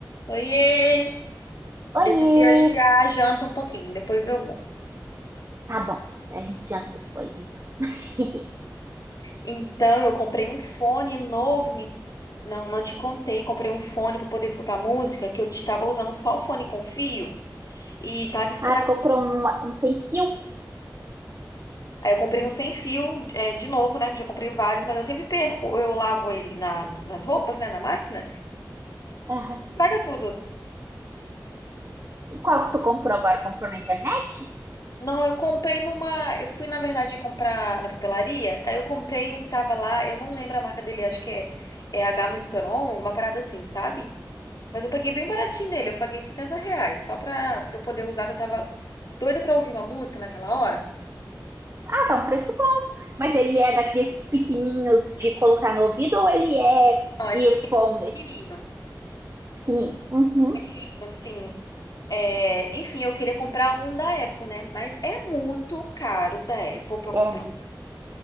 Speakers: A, on the left; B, on the right.
A: Oiê!
B: Oiê!
A: Decidi adiar a janta um pouquinho, depois eu vou.
B: Tá bom, a gente janta depois, então. <laughs>
A: Então, eu comprei um fone novo, me- não, não te contei, comprei um fone para poder escutar música, que eu estava usando só o fone com fio e tava estragado.
B: Ah, tu comprou um, um sem fio?
A: Aí eu comprei um sem fio, é, de novo, né, que eu já comprei vários, mas eu sempre perco, eu lavo ele na- nas roupas, né, na máquina,
B: Aham.
A: estraga tudo.
B: Qual que tu comprou agora? Comprou na internet?
A: Não, eu comprei numa. Eu fui, na verdade, comprar na papelaria. Aí eu comprei um que tava lá, eu não lembro a marca dele, acho que é, é H Misteron, alguma parada assim, sabe? Mas eu paguei bem baratinho nele, eu paguei 70 reais, só pra, pra eu poder usar, que eu tava doida pra ouvir uma música naquela hora.
B: Ah, tá um preço bom. Mas ele é daqueles pequenininhos de colocar no ouvido ou ele é
A: Não, é
B: earphone,
A: de pequenininho,
B: esse pequenininho? Uhum.
A: assim. assim, é, Enfim, eu queria comprar um da Apple, né? Mas é muito caro da Apple pra eu
B: É
A: comprar.
B: muito.